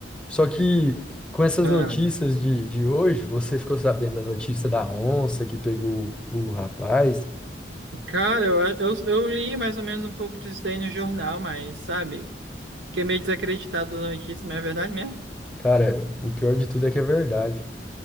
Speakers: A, in the centre; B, on the right.
A: Só que com essas
B: Ah,
A: notícias de, de hoje, você ficou sabendo da notícia da onça que pegou o rapaz.
B: cara, eu, a- eu, eu li mais ou menos um pouco disso daí no jornal, mas, sabe? Fiquei meio desacreditado da notícia, mas é verdade mesmo?
A: Cara, o pior de tudo é que é verdade.